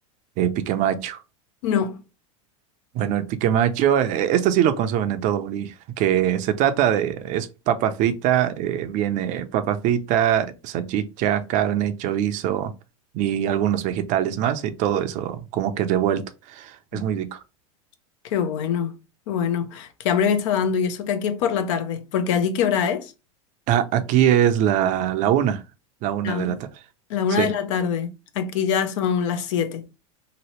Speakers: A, on the right; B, on the left.
A: eh, pique macho.
B: No.
A: Bueno, el pique macho, eh, esto sí lo consumen en todo Bolivia, que se trata de, es papa frita, eh, viene papa frita, salchicha, carne, chorizo y algunos vegetales más y todo eso como que revuelto. Es
B: Ujú.
A: muy rico.
B: Qué bueno, qué bueno. Qué hambre me está dando y eso que aquí es por la tarde, porque allí ¿qué hora es?
A: A- aquí es la, la una, la una
B: La,
A: de la tarde.
B: la una
A: Sí.
B: de la tarde. Aquí ya son las siete.